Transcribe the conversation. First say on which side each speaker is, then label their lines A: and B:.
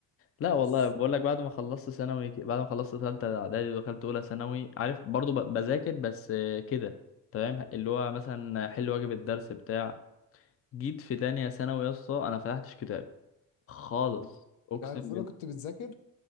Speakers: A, on the left; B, on the left.
A: لا
B: بس
A: والله بقول لك بعد ما خلصت ثانوي ك- بعد ما خلصت ثالثه اعدادي ودخلت اولى ثانوي عارف برضو ب- بذاكر بس آه، كده تمام اللي هو مثلا حل واجب الدرس بتاع جيت في تانية ثانوي يا اسطى انا فتحتش كتاب خالص
B: مم.
A: اقسم
B: يعني في أولى
A: بالله
B: كنت بتذاكر